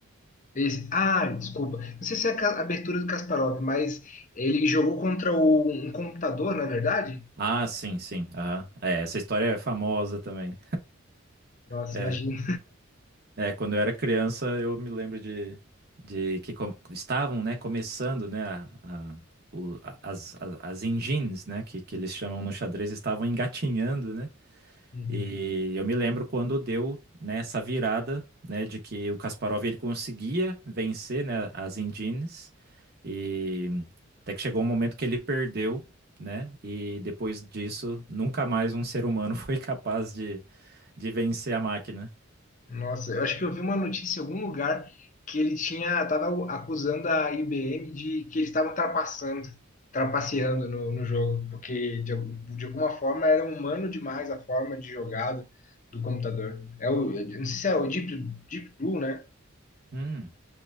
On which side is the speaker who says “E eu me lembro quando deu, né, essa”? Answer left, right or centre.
Right